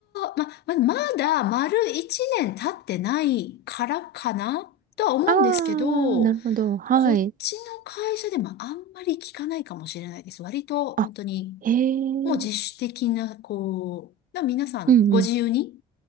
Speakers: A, on the left; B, on the right.
A: ま、ま、まだ丸一年経ってないからかなとは思うんですけど、
B: あー、なるほど。はい。
A: こっちの会社でもあんまり聞かないかもしれないです。割と本当に
B: あ、へえ。
A: もう自主的な、こう、だから皆さんご自由に
B: うんうん。